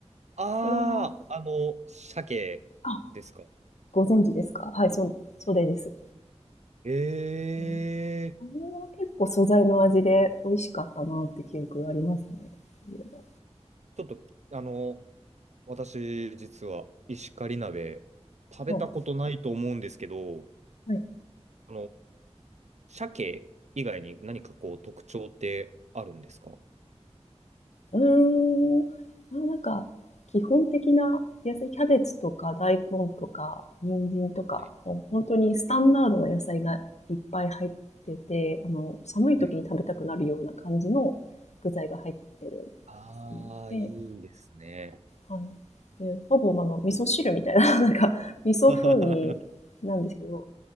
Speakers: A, on the right (about 85°); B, on the left (about 85°).
A: ああ、
B: それは
A: あの、鮭ですか。
B: あご存知ですかはいそそれです、
A: ええ
B: うんあれは結構素材の味で美味しかったなって記憶がありますね。そういえば。
A: ちょっと、あの、私、実は、石狩鍋、食べたことないと思うんですけど、
B: はい。はい。
A: あの、鮭以外に何かこう、特徴ってあるんですかは
B: うん。うーん。あ、なんか、基本的な野菜、キャベツとか大根とか人参とか、
A: い。
B: もう本当にスタンダードな野菜がいっぱい入ってて、あの、寒い時に食べたくなるような感じの具材が入ってるんですよね。
A: はいああ、いいですね。
B: で、はい。で、ほぼ、あの、味噌汁みたいな、<laughs> なんか、味噌風味なんですけど、
A: <laughs>